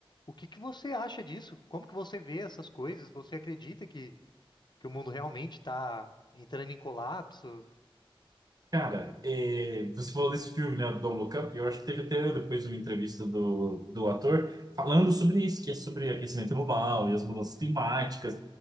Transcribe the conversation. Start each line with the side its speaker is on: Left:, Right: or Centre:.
Left: o que que você acha disso? Como que você vê essas coisas? Você acredita que, que o mundo realmente está entrando em colapso?
Right: Cara, é, você falou desse filme, né, Don't Look Up, e eu acho que teve até depois uma entrevista do, do ator falando sobre isso, que é sobre aquecimento global e as mudanças climáticas.